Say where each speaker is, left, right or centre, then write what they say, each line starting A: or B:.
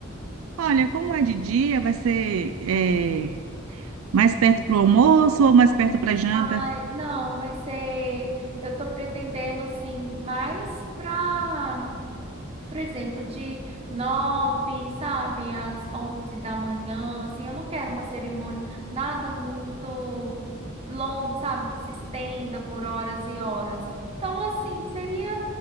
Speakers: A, on the right (about 80°); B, on the right (about 30°).
A: Olha, como é de dia, vai ser é, mais perto para o almoço ou mais perto para a janta?
B: Ai, não, vai ser. Eu estou pretendendo assim, mais para, por exemplo, de nove, sabe, às onze da manhã. Assim, eu não quero uma cerimônia, nada muito longo, sabe, que se estenda por horas e horas. Então, assim, seria